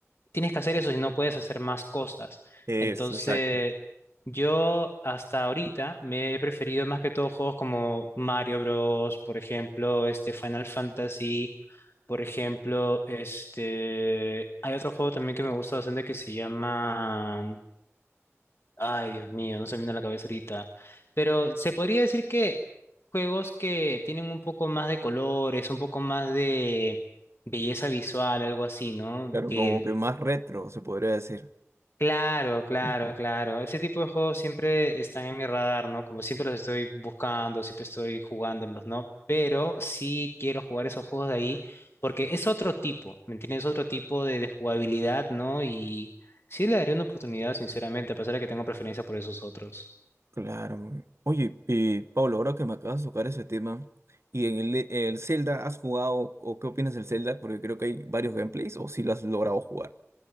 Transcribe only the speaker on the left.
tienes que hacer eso si no puedes hacer más cosas.
Entonces,
yo hasta ahorita me he preferido más que todo juegos como Mario Bros, por ejemplo, este Final Fantasy, por ejemplo, este hay otro juego también que me gusta bastante que se llama Ay, Dios mío, no se me viene a la cabeza ahorita. Pero se podría decir que juegos que tienen un poco más de colores, un poco más de belleza visual, algo así, ¿no?
Que,
claro, claro,
claro. Ese tipo de juegos siempre están en mi radar, ¿no? Como siempre los estoy buscando, siempre estoy jugándolos, ¿no? Pero sí quiero jugar esos juegos de ahí porque es otro tipo, ¿me entiendes? Es otro tipo de, de jugabilidad, ¿no? Y sí le daría una oportunidad, sinceramente, a pesar de que tengo preferencia por esos otros.